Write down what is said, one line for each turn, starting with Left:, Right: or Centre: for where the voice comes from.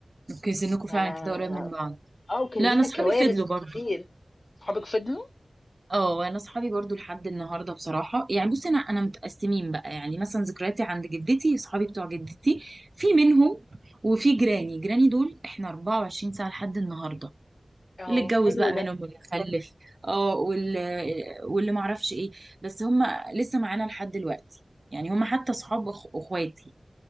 Right: اوكي سنكم
Left: ف
Right: فعلا كده قريب من بعض
Left: اه وكان
Right: لا
Left: لينا
Right: انا صحابي
Left: كوارث
Right: فضلوا برضو
Left: كتير صحابك فضلوا
Right: اه انا صحابي برضو لحد النهارده بصراحه يعني بصي انا انا متقسمين بقى يعني مثلا ذكرياتي عند جدتي صحابي بتوع جدتي في منهم وفي جيراني جيراني دول احنا 24 ساعه لحد النهارده
Left: اه
Right: اللي اتجوز
Left: حلو
Right: بقى منهم
Left: ده
Right: واللي خلف اه واللي واللي ما اعرفش ايه بس هم لسه معانا لحد دلوقتي يعني هم حتى اصحاب أخ- اخواتي